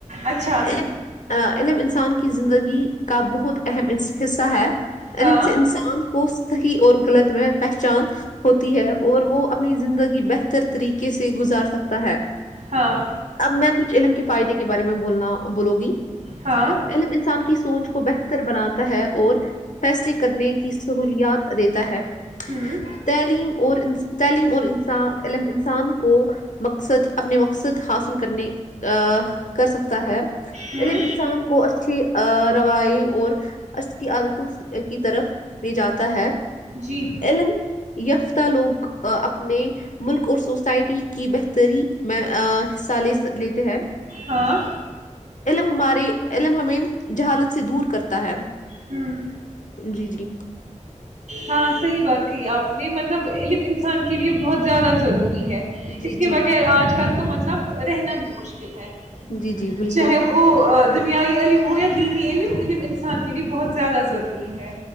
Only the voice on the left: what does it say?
علم علم انسان کی زندگی کا بہت اہم حصہ ہے
علم سے انسان کو صحیح اور غلط میں پہچان ہوتی ہے اور وہ اپنی زندگی بہتر طریقے سے گزار سکتا ہے
اب میں کچھ علم کے فائدے کے بارے میں بولنا بولو گی
علم انسان کی سوچ کو بہتر بناتا ہے اور فیصلے کرنے کی سہولیات دیتا ہے
تعلیم اور ان تعلیم اور انسا ع انسان کو مقصد اپنے مقصد حاصل کرنے کر سکتا ہے عیلم
انسان کو اسچ روائی اور ا کی عادتوں کی طرف لے جاتا ہے
علم یف تلک اپنے ملک اور سوسائٹی کی بہتری میں حصہ لے لیتے ہیں
علم ہمارے علم ہمیں جہالت سے دور کرتا ہے
جی جی
جی
جی
جی جی بالکل